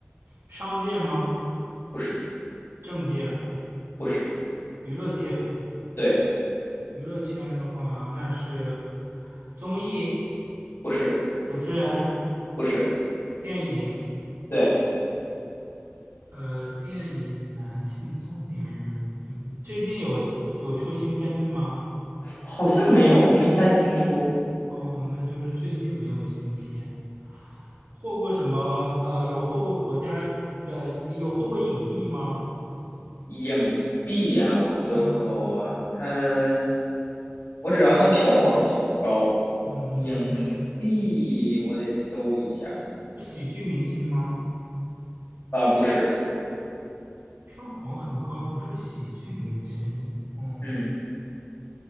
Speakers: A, on the right (about 85°); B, on the left (about 80°).
A: 商界吗？
B: 不是，
A: 政界、
B: 不是，
A: 娱乐界、
B: 对，
A: 娱乐圈的话，那是综艺。
B: 不是，
A: 主持人，
B: 不是，
A: 电影，
B: 对，
A: 呃，电影男性中年人，嗯，最近有有出新片子吗？
B: 好像没有，我没太听说，
A: 哦，那就是最近没有新片，获过什么？呃，有获过国家的，有获过影帝吗？
B: 影帝呀，我搜搜啊，
A: 嗯
B: 他我只要他票房很高，
A: 嗯哼，
B: 影帝我得搜一下儿
A: 是喜剧明星吗？
B: 啊、不是，
A: 票房很高，不是喜剧明星。哦，
B: 嗯，